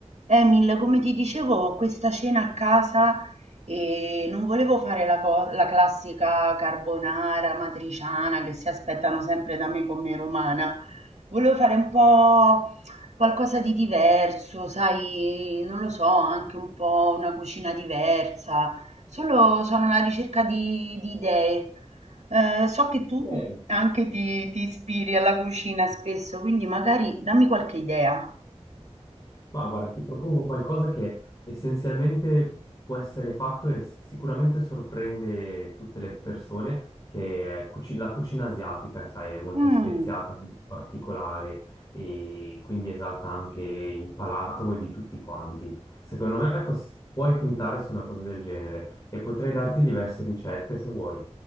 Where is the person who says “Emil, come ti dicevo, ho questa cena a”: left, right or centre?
Right